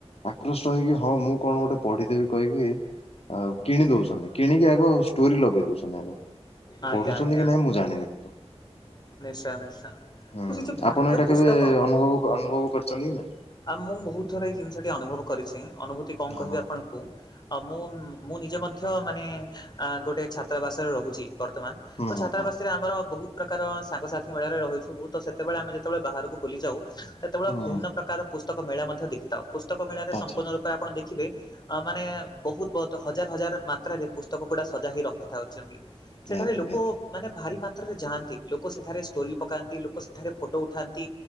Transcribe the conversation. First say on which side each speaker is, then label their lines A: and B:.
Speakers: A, on the left; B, on the left.
A: ଆକୃଷ୍ଟ ହେକ ହଁ ମୁଁ କଣ ଗୋଟେ ପଢିଦବି କହିକି କିଣି ଦଉଛନ୍ତି କିଣିକି ଆଗ ଷ୍ଟୋରି ଲଗେଇ ଦଉଛନ୍ତି ଆଗ
B: ଆଜ୍ଞା
A: ପଢୁଛନ୍ତି
B: ଆଜ୍ଞା
A: କି ନାଇଁ ମୁଁ ଜାଣିନି କିନ୍ତୁ
B: ନିଶ୍ଚୟ ନିଶ୍ଚୟ
A: ହୁଁ
B: ତୁ ସେ ଯୋଉ ପାଠ୍ୟ
A: ଆପଣ ଏଇଟା
B: ପୁସ୍ତକ
A: କେବେ ଅନୁଭବ ଅନୁଭବ କରିଛନ୍ତି କି ନାଇଁ?
B: ଆ ମୁଁ ବହୁତ ଥର ଏଇ ଜିନିଷଟି ଅନୁଭବ କରିଛି ଅନୁଭୂତି କଣ
A: ହଁ
B: କହିବି ଆପଣଙ୍କୁ? ଅ ମୁଁ ମୁଁ ନିଜେ ମଧ୍ୟ ମାନେ ଗୋଟେ ଛାତ୍ରାବାସରେ ରହୁଛି ବ ବର୍ତ୍ତମାନ
A: ହଁ
B: ତ ଛାତ୍ରାବାସରେ
A: ହଁ
B: ଆମର ବହୁ ପ୍ରକାର ସାଙ୍ଗସାଥି ମେଳାରେ ରହିଥିବୁ ତ ସେତେବେଳେ ଆମେ ଯେତେବେଳେ ବାହାରକୁ ବୁଲି ଯାଉ କ କେତେବେଳେ
A: ହଁ
B: ଭିନ୍ନ ପ୍ରକାର ପୁ ସ୍ତକ ମେଳା ମଧ୍ୟ ଦେଖିଥାଉ। ପୁସ୍ତକ ମେଳାରେ
A: ଆଚ୍ଛା
B: ସମ୍ପୂର୍ଣ ରୂପ ଆପଣ ଦେଖିବେ ଅ ମାନେ ବହୁତ ବହୁତ ହଜାର ହଜାର ମାତ୍ରାରେ ପୁସ୍ତକ ଗୁଡା ସଜ୍ଜା ହେଇ ରଖିଥାଉଛନ୍ତି। ସେଠାରେ
A: ନିହାତି
B: ଲୋକ
A: ନିହାତି
B: ମାନେ ଭାରି ମାତ ତ ଜାନ୍ତି ଲୋକ ସେଠାରେ ଷ୍ଟୋରି ପକାନ୍ତି ଲୋକ ସେଠାରେ ଫଟୋ ଉଠାନ୍ତି